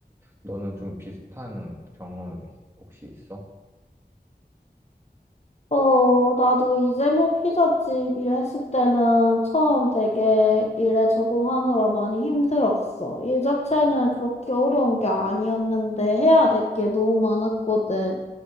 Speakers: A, on the right; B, on the left.
A: 너는 좀 비슷한 경험 혹시 있어?
B: <laughs> 어, 나도 이제 뭐 피자집 일했을 때는 처음 되게 일에 적응하느라 많이 힘들었어. 일 자체는 그렇게 어려운 게 아니었는데 해야 될 게 너무 많았거든.